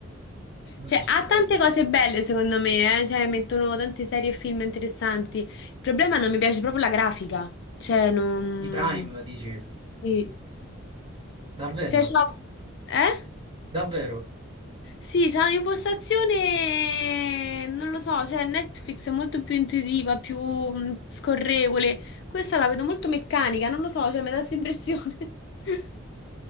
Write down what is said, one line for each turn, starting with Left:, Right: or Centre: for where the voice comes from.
Right: Non
Left: Cioè,
Right: ti ci
Left: ha
Right: trovi.
Left: tante cose belle, secondo me, eh? Cioè, mettono tante serie e film interessanti. Il problema è che non mi piace proprio la grafica. Cioè, non...
Right: Di Prime, dici?
Left: Sì.
Right: Davvero?
Left: Cioè, c'ho- Eh?
Right: Davvero?
Left: Sì, c'è un'impostazione, non lo so, cioè Netflix è molto più intuitiva, più mh, scorrevole. Questa la vedo molto meccanica, non lo so, cioè mi dà questa impressione. <laughs>